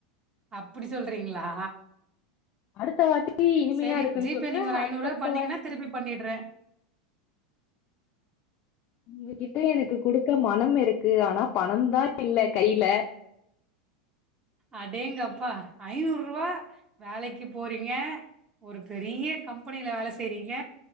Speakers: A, on the right (about 25°); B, on the left (about 40°).
A: அப்டி சொல்றீங்களா
B: அடுத்த வாட்டி இனிமையா
A: சரி
B: இருக்குன்னு
A: ஜிபே
B: சொல்றே
A: நீங்க ஒரு ஐநூறுவா
B: அதுக்கு அடுத்த
A: பண்ணீங்கன்னா
B: வாட்டி
A: திருப்பி பண்ணிட்றே
B: உங்ககிட்ட எனக்கு குடுக்க மனம் இருக்கு ஆனா பணம் தான் இல்ல கைல
A: அடேங்கப்பா ஐநூறு ரூபா வேலைக்கு போறீங்க ஒரு பெரிய கம்பெனில வேலை செய்றீங்க